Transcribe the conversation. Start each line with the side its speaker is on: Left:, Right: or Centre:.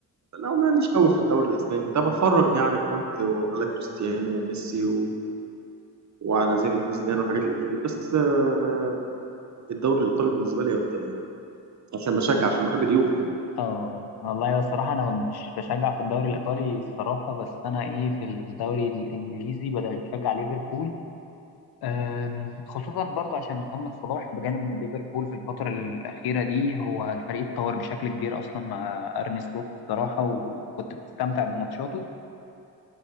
Right: لو ماليش قوي في الدوري الاسباني كنت بتفرج يعني كنت على كريستيانو وميسي و... وعلى زين الدين زيدان والحاجات القديمه دي بس آه الدوري الايطالي بالنسبه لي افضل يعني عشان بشجع عشان بحب اليوفي
Left: اه والله الصراحه انا مش بشجع في الدوري الايطالي الصراحه بس انا ايه في الدوري الانجليزي بدأت بشجع ليفربول أم، خصوصا برضو عشان محمد صلاح بجانب ان ليفربول في الفترة الأخيرة دي هو الفريق اتطور بشكل كبير أصلا مع أرني سلوت الصراحة وكنت بتستمتع بماتشاته